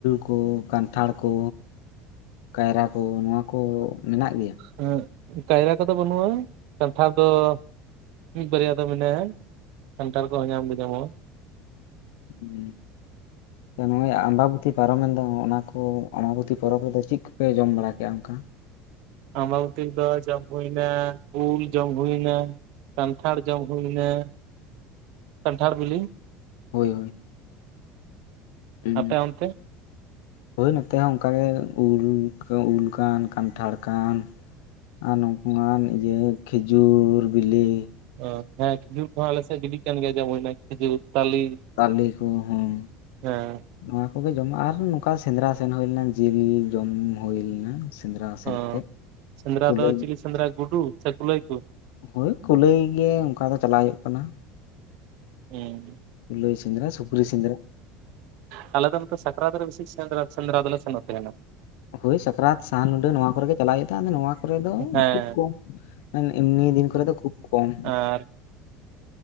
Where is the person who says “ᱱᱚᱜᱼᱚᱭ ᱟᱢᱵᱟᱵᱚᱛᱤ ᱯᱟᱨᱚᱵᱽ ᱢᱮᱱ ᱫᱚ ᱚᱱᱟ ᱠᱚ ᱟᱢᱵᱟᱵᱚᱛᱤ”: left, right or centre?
Left